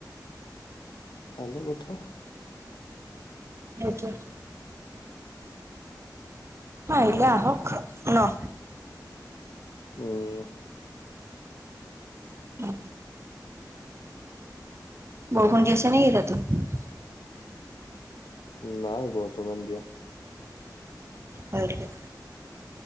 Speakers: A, on the left; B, on the right.
A: ফালে কথা
B: সেইটোয়ে অহ আহিলে আহক ন <inaudible>
A: উম
B: উ <unintelligible>
A: নাই বহতোমান দিয়া
B: অ <inaudible>